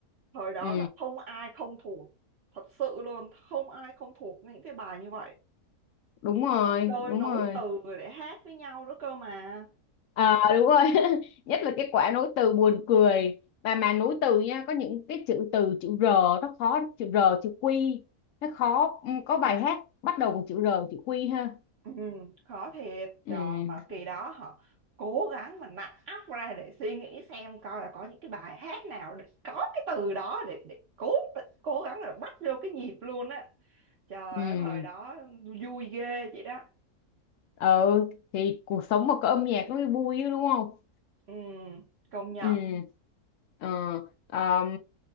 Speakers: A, on the right (about 55°); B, on the left (about 65°).
A: thời đó
B: ừ
A: là không ai không thuộc thật sự luôn không ai không thuộc những cái bài như vậy
B: đúng rồi
A: đời
B: đúng
A: nối
B: rồi
A: từ để hát với nhau nữa cơ mà
B: Ờ đúng rồi <laughs> nhất là cái quả nối từ buồn cười mà mà nối từ nha có những cái chữ từ chữ R nó khó chữ R chữ Q nó khó Ừ, có bài hát bắt đầu bằng chữ R chữ Q ha
A: Ừ, khó thiệt
B: ừ
A: trời mà kỳ đó họ cố gắng mà nặn óc ra để suy nghĩ xem coi là có những cái bài hát nào để có cái từ đó để, để cố cố gắng là bắt vô cái nhịp luôn á trời
B: ừ
A: ơi, thời đó vui ghê vậy đó
B: ừ thì cuộc sống mà có âm nhạc nó mới vui chứ, đúng không
A: ừ, công nhận
B: ừ ờ ờm,